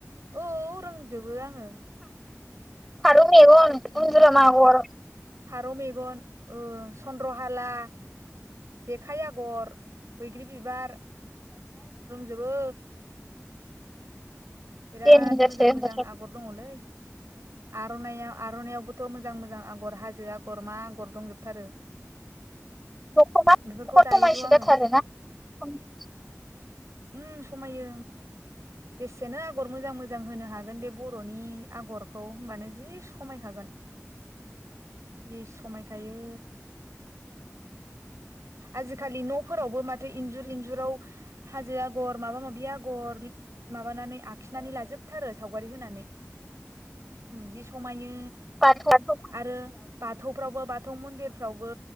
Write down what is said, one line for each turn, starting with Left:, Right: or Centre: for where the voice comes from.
Right: औ। फोरोंजोबो आङो।
Centre: फारौ मेग गुज्रमा
Right: उम
Centre: आगर
Right: फारौ ओ सन्द्र हाला जेखाइ आगर बैग्रि बिबार रोंजोबो। बिराद
Centre: देनजारसो
Right: मोजां मोजां
Centre: दख'ना
Right: आगर दङलै। आर'नाय आर'नायइावबोथ' मोजां मोजां आगर हाजो आगर मा आगर दंजोबथारो।
Centre: <unintelligible>
Right: बेफोरखौ दायो र' आङो ओम समायो जेसेनो आगर मोजां मोजां होनो हागोन बे। बर'नि आगरखौ होनबानो जि समायखागोन। जि समायखायो।
Centre: <inaudible>
Right: आजिखालि न'फोरावबो माथो इन्जुर इन्जुराव हाजो आगर माबा माबि आगर म <unintelligible> माबानानै आखिनानै लाजोबथारो सावगारि होनानै जि समायो।
Centre: <unintelligible>
Right: आरो बाथौफ्रावबो बाथौ मन्दिरफ्रावबो